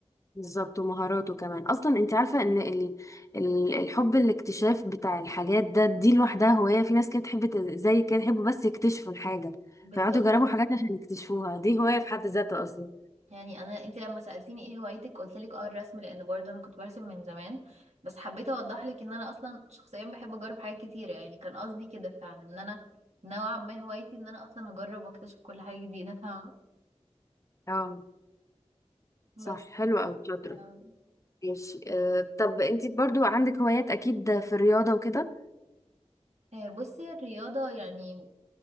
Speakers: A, on the left; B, on the right.
A: بالظبط ومهاراته كمان اصلا انت عارفه ان ال... ال- الحب الاكتشاف بتاع الحاجات ده دي لوحدها هوايه في ناس كده تحب ت- زي كده يحبوا بس يكتشفوا الحاجه
B: بالظبط
A: فيقعدوا يجربوا حاجات عشان يكتشفوها دي هوايه في حد ذاتها اصلا
B: يعني انا انت لما سالتيني ايه هوايتك قلت لك اه الرسم لان برضه انا كنت برسم من زمان بس حبيت اوضح لك ان انا اصلا شخصيا بحب اجرب حاجات كتيره يعني كان قصدي كده فعلا ان انا نوعا ما هوايتي ان انا اصلا اجرب واكتشف كل حاجه جديده فاهمه
A: اه صح
B: بس
A: حلو قوي شاطره
B: آم،
A: ماشي أه طب انت برضو عندك هوايات اكيد في الرياضه وكده
B: آه، بصي الرياضه يعني